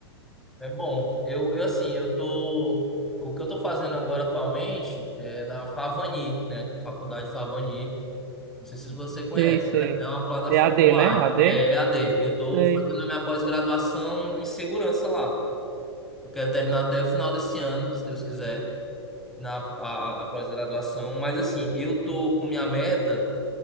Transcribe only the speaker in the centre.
É bom. Eu, eu assim, eu tô. O que eu tô fazendo agora atualmente é na Favani, né? Faculdade Favani. Não sei se você conhece.
ela É uma plataforma
online.
É EAD. Eu estou
fazendo a minha pós-graduação em segurança lá. Eu quero terminar até o final desse ano, se Deus quiser, na a, a pós-graduação. Mas assim, eu estou com minha meta